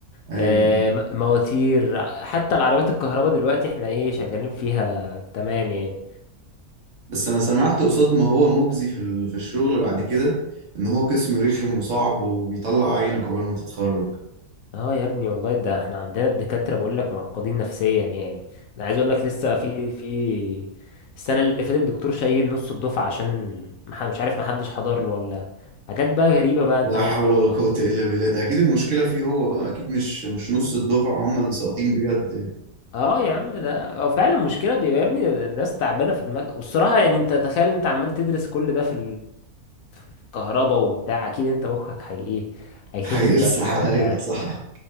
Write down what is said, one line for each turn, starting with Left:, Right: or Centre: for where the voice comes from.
Right: ايوه
Left: آه، م- مواتير حتى العربيات الكهرباء دلوقتي احنا ايه شغالين فيها تمام يعني
Right: بس انا سمعت قصاد ما هو مجزي في ال... في الشغل بعد كده ان هو قسم رخم وصعب وبيطلع عينك عقبال ما تتخرج
Left: اه يا ابني والله ده احنا عندنا الدكاترة بقول لك معقدين نفسيا يعني انا عايز اقول لك لسه في في السنة اللي فاتت الدكتور شايل نص الدفعة عشان مح- مش عارف محدش حضر له ولا حاجات بقى غريبة بقى
Right: لا
Left: انت و...
Right: حول ولا قوة الا بالله ده اكيد المشكلة فيه هو بقى اكيد مش مش نص الدفعة هم اللي ساقطين بجد يعني
Left: اه يا عم ده اه فعلا مشكلة بيبقى يا ابني الناس تعبانة في دماغها والصراحة يعني انت تخيل انت عمال تدرس كل ده في الكهرباء وبتاع اكيد انت مخك هي ايه
Right: <laughs>
Left: هيخف
Right: هيلسع
Left: بقى شوية
Right: عليا
Left: بتاع
Right: صح